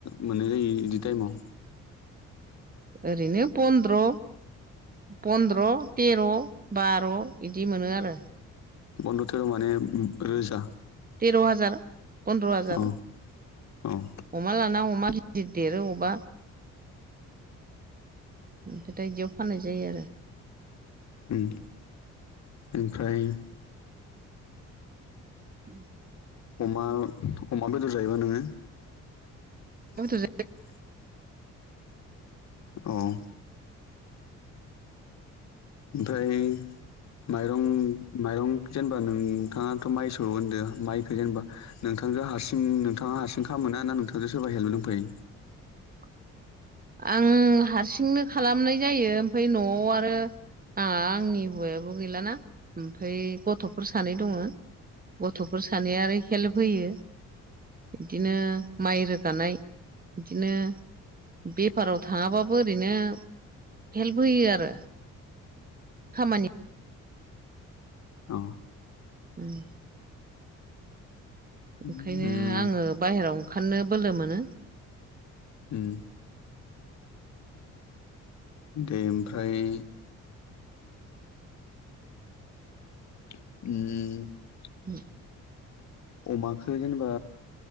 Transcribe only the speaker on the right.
ओरैनो पन्द्र पन्द्र' तेर' बार' बिदि मोनो आरो
तेर' हाजार फन्दद्र' हाजार
अमा लाना अमा गिदिर देरो अबबा ओमफ्राय दा बिदियाव फा जायो आरो
उम
आरो
<unintelligible>
<unintelligible> आं हारसिंनो खालामनाय जायो ओमफ्राय न'आव आरो आं आंनि हौवायाबो गैलाना ओमफ्राय गथ'फोर सानै दङ गथ'फोर सानैया आरो हेल्प होयो बिदिनो माइ रोगानाय बिदिनो बेफाराव थाङाबाबो ओरैनो हेल्प होयो आरो खामानि
उम
ओंखायनो आङो बाहेरायाव ओंखारनो बोलो मोनो
उ